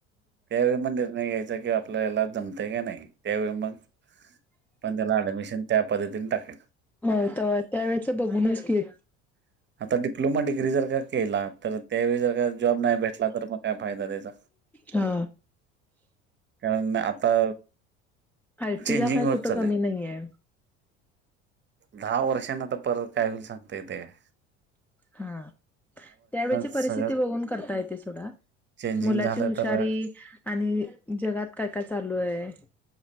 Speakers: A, on the right; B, in the centre.
A: त्यावेळी मग निर्णय घ्यायचा कि आपला ह्याला जमतय का नाही त्यावेळी मग पण त्याला ऍडमिशन त्या पद्धतीने टाकायचा.
B: हो त त्या वेळेच बघूनच की
A: आता डिप्लोमा डिग्री जर का केला तर त्यावेळी जर का जॉब नाय भेटला तर मग काय फायदा त्याचा
B: हा
A: कारण आता
B: आय टी
A: चेंजिंग
B: ला काय
A: होत
B: कुठं
A: चाललंय.
B: कमी नाहीये.
A: दहा वर्षांन आता परत काय होईल सांगता येतय का
B: हा त्यावेळेची
A: सगळं
B: परिस्थिती बघून करता येते सोडा
A: चेंजिंग
B: मुलाची
A: झालं
B: हुशारी
A: तर
B: आणि जगात काय काय चालू आहे